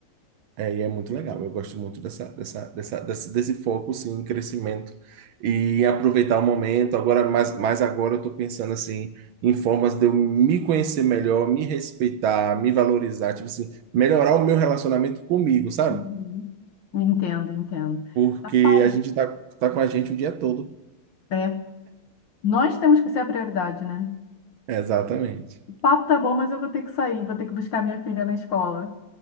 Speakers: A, on the right; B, on the left.
A: é, e é muito legal. Eu gosto muito dessa, dessa, dessa, desse, desse foco, sim, em crescimento e aproveitar o momento. Agora, mais, mais agora, eu estou pensando, assim, em formas de eu me conhecer melhor, me respeitar, me valorizar, tipo assim, melhorar o meu relacionamento comigo, sabe?
B: Uhum. Entendo, entendo.
A: Porque
B: Rapaz,
A: a gente tá, tá com a gente o dia todo.
B: é, nós temos que ser a prioridade, né?
A: Exatamente.
B: O papo tá bom, mas eu vou ter que sair, vou ter que buscar minha filha na escola.